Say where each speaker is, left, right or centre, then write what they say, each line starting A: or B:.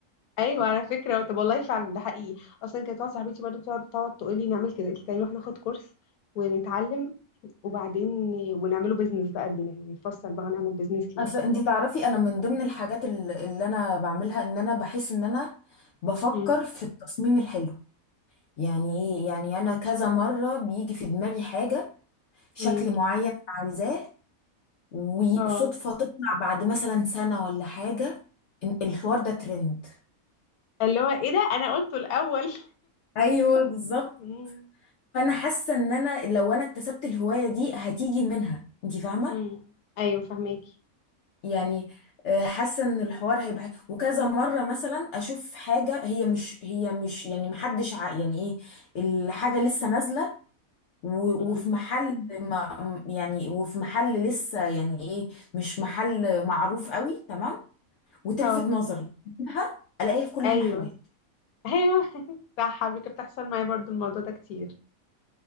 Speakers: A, on the left; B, on the left.
A: ايوه على فكره طب والله فعلا ده حقيقي اصلا كانت واحده صاحبتي برضو بتقعد تقعد تقول لي نعمل كده قلت لها نروح ناخد كورس ونتعلم وبعدين ونعمله بيزنس بقى لينا يعني نفصل بقى ونعمل بيزنس
B: <laughs>
A: ليه
B: اصل انت تعرفي انا من ضمن الحاجات ال- اللي انا بعملها ان انا بحس ان انا بفكر
A: امم
B: في التصميم الحلو يعني ايه يعني انا كذا مره بيجي في دماغي حاجه شكل
A: امم
B: معين أنا عايزاه وصدفة
A: اه
B: تطلع بعد مثلا سنة ولا حاجة إن الحوار ده ترند
A: اللي هو ايه ده انا قلته الاول
B: ايوه بالظبط
A: <laughs> امم
B: فانا حاسه ان انا لو انا اكتسبت الهوايه دي هتيجي منها انت فاهمه
A: امم ايوه فهماكي
B: يعني آه، حاسه ان الحوار هيبقى وكذا مره مثلا اشوف حاجه هي مش هي مش يعني محدش ع... يعني ايه الحاجه لسه نازله و...
A: امم
B: وفي محل ما يعني وفي محل لسه يعني ايه مش محل معروف قوي تمام وتلفت
A: اه
B: نظري <laughs> أجيبها، الاقيها في كل
A: ايوه
B: المحلات
A: ايوه <laughs> صح على فكره بتحصل معايا برضو الموضوع ده كتير